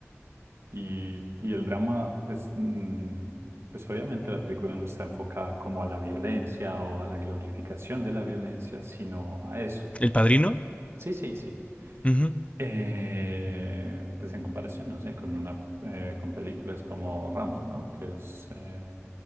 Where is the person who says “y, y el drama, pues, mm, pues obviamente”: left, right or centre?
Right